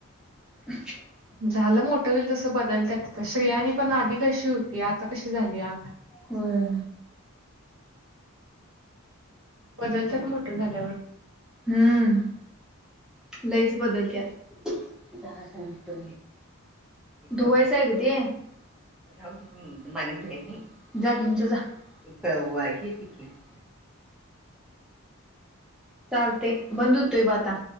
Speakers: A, in the centre; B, on the right.
A: <inaudible>
B: झालं मोठं होईल तसं बदलतत श्रियांनी पण आधी कशी होती आता कशी झाली या
A: होय
B: बदलतात मोठं झाड्यावर
A: हम्म लईच बदलत्यातटतो धुवायचं आहे ग ते जाऊ माग जागिंच जा हे ती <unintelligible> चालते बंद होतोय ब आता